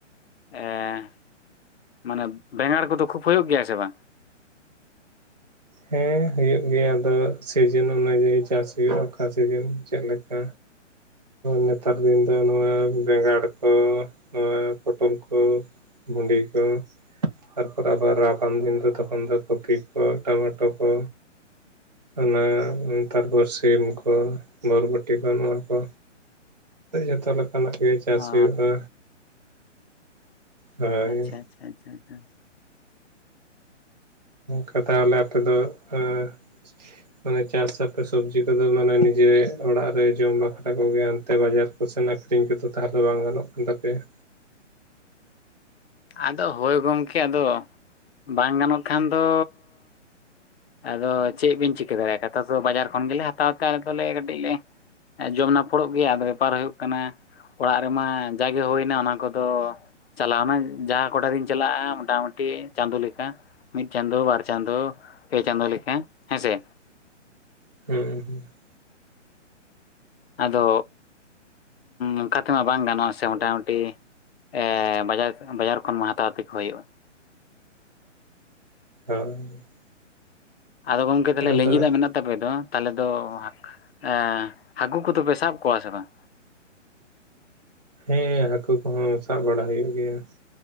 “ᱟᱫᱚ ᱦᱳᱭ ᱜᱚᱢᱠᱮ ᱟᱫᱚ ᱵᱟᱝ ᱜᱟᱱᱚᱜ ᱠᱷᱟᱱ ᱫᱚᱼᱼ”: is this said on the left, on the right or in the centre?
Left